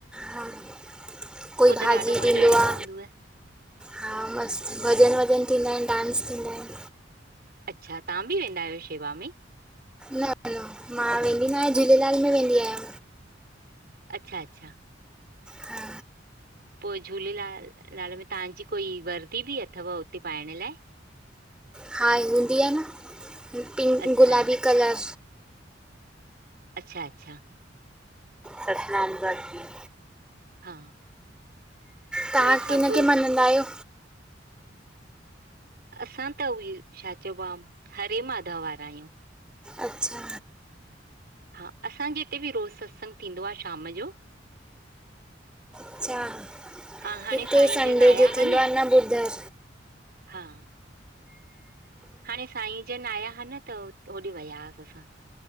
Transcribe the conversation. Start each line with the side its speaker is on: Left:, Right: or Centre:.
Centre: हा कोई
Right: पोइ
Centre: भाॼी
Right: त ॾाढो मज़ो
Centre: ॾिंदो
Right: ईंदो
Centre: आ
Right: हूंदव
Centre: हा मस्तु भॼन वॼन थींदा आहिन डांस थींदा आहिन
Right: अच्छा तव्हां बि वेंदा आहियो शेवा में
Centre: न न मां वेंदी न आहियां झूलेलाल में वेंदी आहियां
Right: अच्छा अच्छा
Centre: हा
Right: पो झूलेलाल लाल में तव्हांजी कोई वर्दी बि अथव उते पाइण लाइ
Centre: हा हूंदी आ न पिंक
Right: अच्छा
Centre: गुलाबी कलर
Right: अच्छा अच्छा
Centre: सतनाम साखी
Right: हा
Centre: तव्हां
Right: पोइ सभु
Centre: कि नखे मञंदा आहियो?
Right: असां त उहे छा चइबो आ हरे माधव वारा आहियूं
Centre: अच्छा
Right: हा असांजे हिते बि रोज़ु सत्संग थींदो आ शाम जो
Centre: अच्छा
Right: हा हाणे
Centre: हिते
Right: साईं
Centre: संडे
Right: जन आया
Centre: जो
Right: हा
Centre: थींदो आ न ॿुधरु
Right: हा हाणे साईं जन आया हा न त होॾे वया हास असां